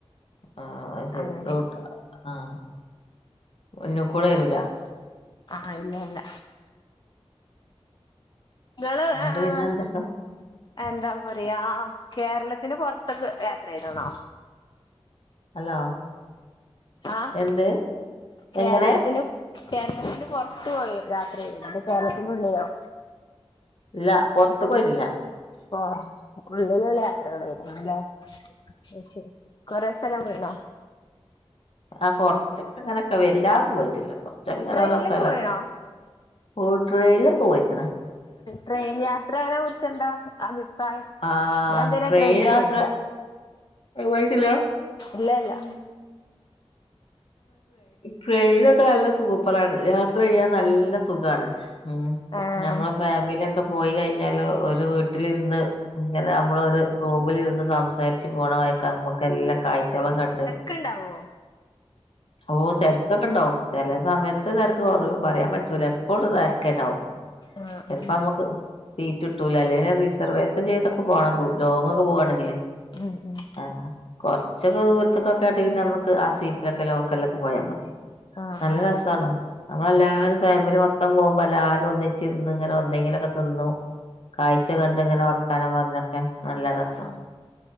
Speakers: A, on the left; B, on the left.
A: ആഹ് അത് ശരി
B: അങ്ങനെ
A: റോട്ട് ആഹ് മുന്നുകൂടെ
B: അതെന്താ
A: വരൂല
B: ആഹ് ഇല്ല ഇല്ല ഇങ്ങള്
A: എന്നിട്ട്
B: ആഹ് ആഹ്
A: പിന്നെ എന്തൊക്കാ
B: എന്താ പറയാ കേരളത്തിന് പൊ റത്തൊക്ക യാത്ര ചെയ്താണോ
A: ഹലോ
B: ആഹ്
A: എന്ത്
B: കേരളത്തിനും
A: എങ്ങനെ
B: കേരളത്തിന്റെ പുറത്ത് പോയി യാത്ര ചെയ്യുന്നു ഇപ്പ കേരളത്തിന്റെ ഉള്ളിലോ
A: ഇല്ല പൊറത്ക് പോയിറ്റില്ല
B: പൊറ ഉള്ളിലുള്ള യാത്രകളായിരുന്നലേ അയ് ശരി കുറെേ സ്ഥലം പോയീണോ
A: ആഹ് കൊറച്ചൊക്കെ ങ്ങനൊക്കെ വെല്ലാന്ന് പോയിട്ടില്ല കൊറച്ചൊക്കെ ഇങ്ങനെ
B: ട്രെയിനിലൊക്കെ
A: ഓരോ സ്ഥലൊക്കെ
B: പോയിണോ
A: ഓ ട്രയൽ പോയിക്കുന്നു
B: ട്രെയിൻ യാത്രയനെ കുറച്ച് എന്താ അഭിപ്രായം
A: ആ
B: ഞാൻ ഇത് വരെ
A: ട്രെയിൻ
B: ട്രെയിനില്
A: യാത്ര
B: പോയില്ല
A: പോയിട്ടില്ല
B: ഇല്ല ഇല്ല
A: ഉമ് ട്രെയിനൊക്കെ നല്ല സൂപ്പറാണ് യാത്ര ചെയ്യാൻ നല്ല സുഖാണ് ഉമ്
B: ഏഹ്
A: ഞമ്മള ഫാമിലിയൊക്കെ പോയി കഴിഞ്ഞാല് ഒരു വീട്ടിലിരുന്ന് ഇങ്ങനെ നമ്മളൊരു റൂമിലിരുന്ന് സംസാരിച്ച് പോണമായിക്ക നമ്മക്കെ ല്ല കാഴ്ചകളും കണ്ട്
B: ക്ക് ണ്ടാവോ
A: ഓഹ് തിരക്കൊക്കെണ്ടാവും ചെല സമയത്ത് തിരക്ക് കുറവ് പറയാൻ പറ്റൂല ഫുൾ തെരക്കന്നെ ആവും
B: ആഹ്
A: ചിലപ്പ
B: ആഹ്
A: നമുക്ക് സീറ്റ് ഇട്ടൂല അല്ലെങ്കി റിസർവേഷൻ ചെയ്തൊക്കെ പോകണം ലോങ് ഒക്കെ പോകവാണെങ്കില്
B: ഉം ഉം
A: ആഹ് കൊറച്ചൊക്കെ ദൂരത്തക്കൊക്കെ ഇട നമ്മുക്ക് ആ സീറ്റ് ലോക്കലൊക്കെ പോയാ മതി
B: ആഹ്
A: നല്ല
B: ആഹ്
A: രസാണ് നമ്മളെല്ലാരും ഫാമിലി മൊത്തം പോകുമ്പോ എല്ലാവരും ഒന്നിച്ചിരുന്ന് ഇങ്ങനെ എന്തെങ്കിലൊക്കെ തിന്നും കാഴ്ച കണ്ട പിന്നെങ്ങനെ വർത്താനം പറഞ്ഞൊക്കെ നല്ല രസ
B: ഉം